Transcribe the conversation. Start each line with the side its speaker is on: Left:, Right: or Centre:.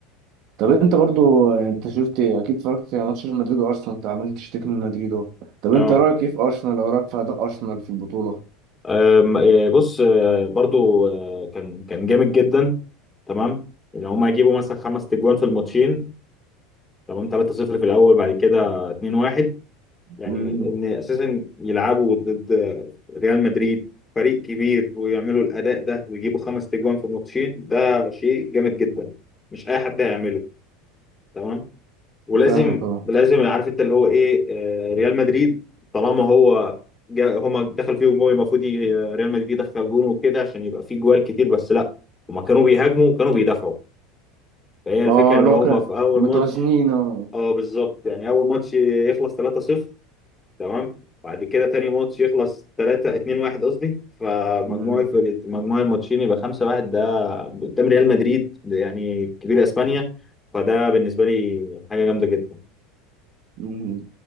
Right: طب انت برضه انت شفت اكيد اتفرجت على ماتش مدريد وارسنال انت عمال تشتكي من مدريد اهو طب
Left: اه
Right: انت رايك ايه في ارسنال او رايك في اداء ارسنال في البطوله
Left: أم، آه، بص آه، برضو آه، كان كان جامد جدا تمام ان هم هيجيبوا مثلا خمس تجوان في الماتشين تمام 3-0 في الاول بعد كده 2-1 يعني
Right: امم
Left: ان اساسا يلعبوا ضد ريال مدريد فريق كبير ويعملوا الاداء ده ويجيبوا خمس تجوان في الماتشين ده شيء جامد جدا مش اي حد هيعمله تمام ولازم
Right: فاهمك اه
Left: لازم عارف انت اللي هو ايه آه، ريال مدريد طالما هو جا هما دخل فيهم جول المفروض ي- ريال مدريد يدخل جون وكده عشان يبقى فيه جوال كتير بس لا هما كانوا بيهاجموا وكانوا بيدافعوا فهي الفكره
Right: اه
Left: ان
Right: لو
Left: هما
Right: كانت
Left: في اول
Right: متوازنين
Left: ماتش
Right: اه
Left: اه بالظبط يعني اول ماتش يخلص 3-0 تمام بعد كده تاني ماتش يخلص 3 2-1 قصدي فمجموع
Right: أمم،
Left: الفرق مجموع الماتشين يبقى 5-1 ده قدام ريال مدريد يعني كبير اسبانيا فده بالنسبه لي حاجه جامده جدا
Right: أمم.